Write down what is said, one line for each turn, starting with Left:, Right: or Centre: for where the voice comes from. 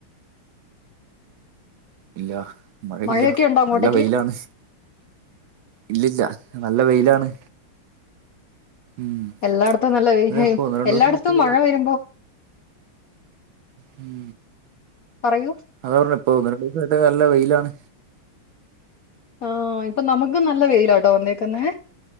Right: ഇല്ല മഴയില്ല
Left: മഴയൊക്കെ ഉണ്ടോ അങ്ങോട്ടേക്ക്
Right: നല്ല വെയിലാണ് ഇല്ലില്ല നല്ല വെയിലാണ് ഉം
Left: എല്ലാടത്തും നല്ല വെയില
Right: അതെ ഇപ്പൊ ഒന്ന് രണ്ട്
Left: എല്ലാടത്തും
Right: ദിവസായിട്ട്
Left: മഴ വരുമ്പോ
Right: ഉം
Left: പറയൂ
Right: അതാ പറഞ്ഞെ ഇപ്പോ ഒന്ന് രണ്ട് ദിവസായിട്ട് നല്ല വെയിലാണ്
Left: ആഹ് ഇപ്പൊ നമുക്കും നല്ല വെയിലാട്ടോ വന്നേക്കുന്നെ